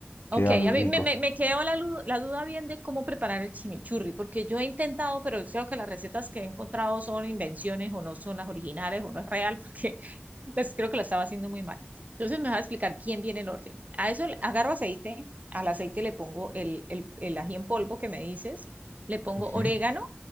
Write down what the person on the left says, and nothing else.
queda muy
rico.
Ujú.